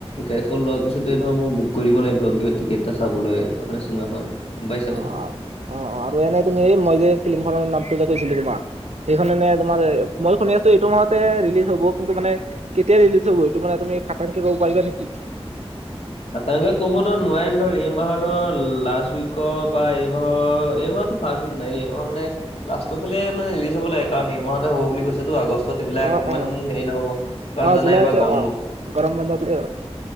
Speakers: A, on the left; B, on the right.
A: গাড়ীখন লোৱাৰ পিছতে ধৰ মই বুক কৰিব লাগিব, কিবা টিকেট এটা চাবলৈ মানে চিনেমাখন। গম পাইছা
B: অঁ
A: কথাটো।
B: অঁ। অঁ আৰু এনে তুমি মই যে ফিল্মখনৰ নামটো যে কৈছিলো তোমাক সেইখন মানে তোমাৰ মই শুনি আছো এইটো মাহতে ৰিলিজ হব কিন্তু মানে কেতিয়া ৰিলজ হব সেইটো মানে তুমি খাংতাংকে কব পাৰিবা নেকি?
A: খাতাংকে কব ধৰ নোৱাৰিম নহয় এই মাহৰ ধৰ লাষ্ট উইকৰ বা এই মাহৰ এই মাহৰ ফাৰ্ষ্ট উইক নায়েই এইমাহৰ মানে লাষ্টৰ ফালে মানে ৰিলিজ হব লাগে কাৰণ মাহতে হ'ব বুলি কৈছেতো আগষ্টত এইবিলাক
B: অ
A: ইমান
B: অ
A: হেৰি নহব কাৰণ
B: অ
A: জানা
B: জুলাইতে
A: এইবাৰ গৰম
B: অ গৰম বন্ধ থ